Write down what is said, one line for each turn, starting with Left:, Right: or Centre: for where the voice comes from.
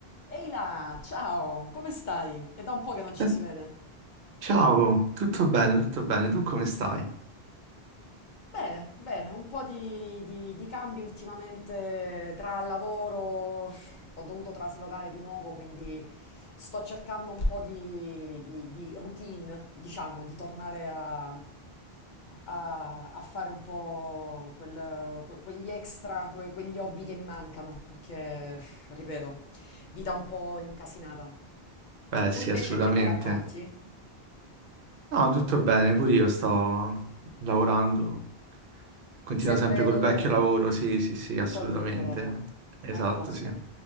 Left: Ehi là, ciao, come stai? È da un po' che non ci
Right: Eh,
Left: si vede.
Right: Ciao, tutto bene, tutto bene. Tu come stai?
Left: Bene, bene, un po' di, di- di cambi ultimamente tra lavoro, ho dovuto traslocare di nuovo, quindi sto cercando un po' di, di- di routine, diciamo, di tornare a, a- a fare un po' quel- que- quegli extra, que- quegli hobby che mi mancano, perché, ripeto, vita un po' incasinata.
Right: Beh, sì,
Left: Tu invece
Right: assolutamente.
Left: che mi racconti?
Right: No, tutto bene, pure io sto lavorando. Continuo
Left: Sempre
Right: sempre col
Left: dove?
Right: vecchio lavoro, sì, sì, sì, assolutamente.
Left: Col vecchio lavoro.
Right: Esatto,
Left: A posto.
Right: sì.